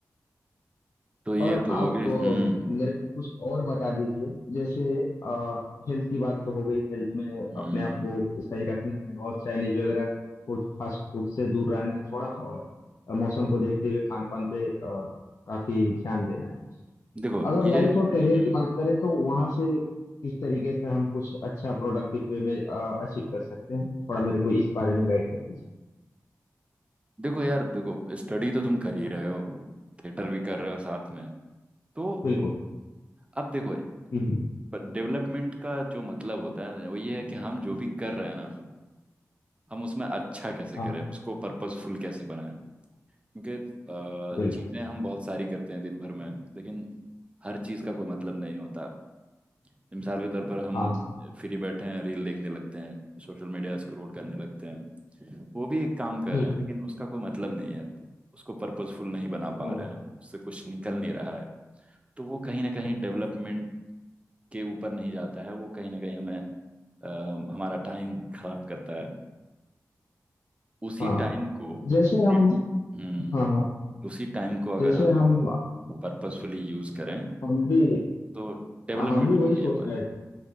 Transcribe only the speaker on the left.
और
आप
अ,
मेरे को कुछ और बता दीजिए जैसे हेल्थ की बात तो हो गई हेल्थ में अपने
आप को सही रखना है और चाइनीज वगैरह फूड फास्ट फूड से दूर रहना है थोड़ा और अ, मौसम को देखते हुए खान पान पे अ, काफी ध्यान देना है
अगर
लाइफ और करियर
की बात करें तो वहां से किस तरीके से हम कुछ अच्छा प्रोडक्टिव वे में अचीव कर सकते हैं थोड़ा मेरे को इस बारे में गाइड कर दीजिए
बिल्कुल
हम्म हम्म,
हाँ
बिल्कुल
हाँ हाँ,
बिल्कुल
हाँ
हाँ
हाँ,
जैसे हम
हाँ हाँ
जैसे
हम
हम भी
हाँ, हम भी
वही सोच
रहे थे